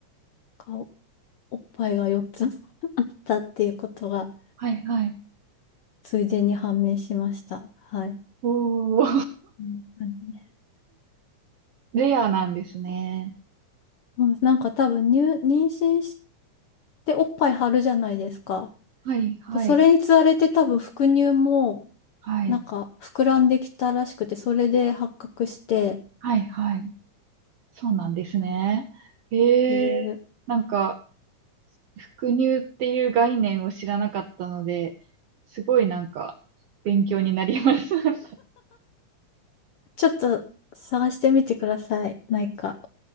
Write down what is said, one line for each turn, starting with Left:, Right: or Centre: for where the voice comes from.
Left: 顔、おっぱいが4つ <laughs> あったっていうことが
Right: はいはい。
Left: ついでに判明しました。はい。
Right: おー。
Left: うんなんでね
Right: <laughs> レアなんですね。
Left: もうなんか多分入、妊娠しておっぱい張るじゃないですか。
Right: はいはい
Left: で、それにつられて多分副乳も
Right: はい。
Left: なんか膨らんできたらしくて、それで発覚してっ
Right: はいはい。そうなんですね。ええなんか、
Left: ていう、
Right: 伏乳っていう概念を知らなかったので、すごいなんか、勉強になりました。
Left: ちょっと探してみてください。なんか、